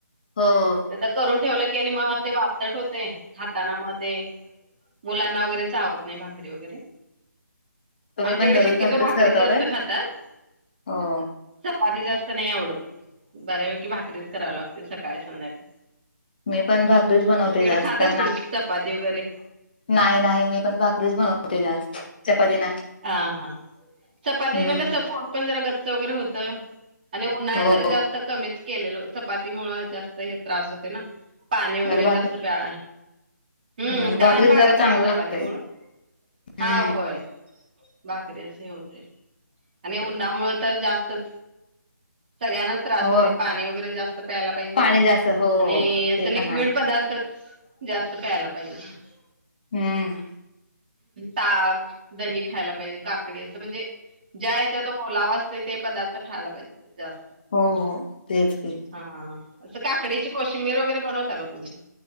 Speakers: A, on the left; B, on the right.
A: हो
B: नायी तर करून ठेवलं की आणि मग ते वातट होतय खाताना म ते मुलांना वगैरे चावत नाही, भाकरी वगैरे
A: तुम्ही
B: आमच्याकडे
A: पण दररोज
B: शक्यतो भाकरीच
A: करताव
B: जास्त
A: काय?
B: खातात
A: हो.
B: चपाती जास्त नाही आवडत बऱ्यापैकी भाकरीच करावं लागते सकाळ संध्याकाळ
A: मी पण भाकरीच बनवते जास्त
B: खात
A: कारण
B: असतील
A: ना
B: चपाती वगैरे
A: नाही नाही मी पण भाकरीच बनवते जास्त, चपाती नाही
B: हा हा चपाती
A: हम्म
B: ना कसं पोट पण जरा गच्च वगैरे होत आणि उन्हाळ्या
A: हो
B: जर जास्त कमीच केलेल चपाती मुळं जास्त हे त्रास होते ना? पाणी वगैरे
A: जर भाकरी
B: जास्त प्या, हम्म
A: आणि भाकरीच
B: तहान भागत
A: जरा चांगलं
B: नायी चपाती
A: लागतय
B: मुळं
A: हम्म
B: हा, होय भाकरीच हे होतय आणि उन्हामुळं तर जास्तच सगळ्यांनाच त्रास
A: हो
B: होतय पाणी वगैरे जास्त प्यायला पाहिजे
A: पाणी जास्त हो
B: आणि असं
A: ते
B: लिक्विड
A: पण आहे
B: पदार्थच जास्त प्यायला पाहिजेत
A: हम्म
B: ताक, दही, खायला पाहिजे काकडी असं म्हणजे ज्या ह्याच्यात ओलावा असत ते पदार्थ खायला पाहिजे जास्त
A: हो, हो, तेच की
B: हा असं काकडीची कोशिंबीर वगैरे बनवता का तुम्ही?